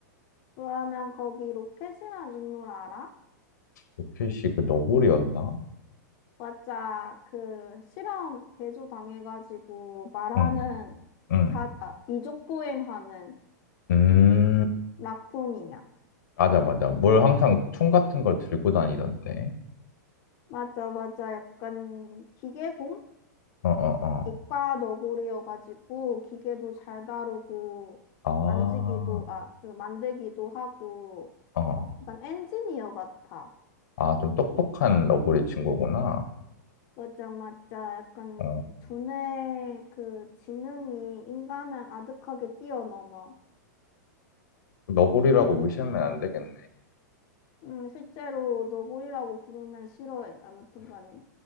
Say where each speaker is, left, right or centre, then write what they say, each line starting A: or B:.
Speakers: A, on the left (about 35°); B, on the left (about 75°).
A: 그러면 거기 로켓이란 인물 알아?
B: 로켓이 그 너구리였나?
A: 맞아 그 실험 개조 당해가지고 말하는
B: 응, 응.
A: 자, 아, 이족 보행하는
B: 음,
A: 라쿤이야.
B: 맞아, 맞아. 뭘 항상 총 같은 걸 들고 다니던데.
A: 맞아, 맞아. 약간 기계공?
B: 어, 어, 어.
A: 이과 너구리여가지고 기계도 잘 다루고
B: 아,
A: 만지기도, 아, 그 만들기도 하고
B: 어.
A: 약간 엔지니어 같아.
B: 아, 좀 똑똑한 너구리 친구구나.
A: 맞아, 맞아. 약간
B: 어.
A: 두뇌 그 지능이 인간을 아득하게 뛰어넘어.
B: 너구리라고 무시하면 안 되겠네.
A: 음, 실제로 너구리라고 부르면 싫어해. 아무튼 간에.